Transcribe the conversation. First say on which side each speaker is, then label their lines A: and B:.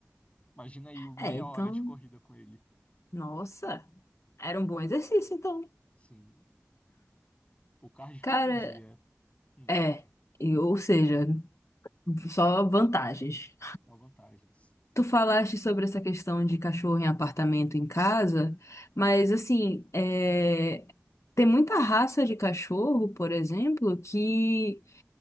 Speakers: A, on the left (about 25°); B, on the left (about 65°).
A: Imagina aí meia
B: É, então,
A: hora de corrida com ele.
B: nossa, era um bom exercício, então.
A: Sim. O cardio
B: Cara,
A: fica em dia. Sim,
B: é, e- ou seja, só vantagens.
A: com vantagens.
B: Tu falaste sobre essa questão de cachorro em apartamento em casa, mas assim, é, tem muita raça de cachorro, por exemplo, que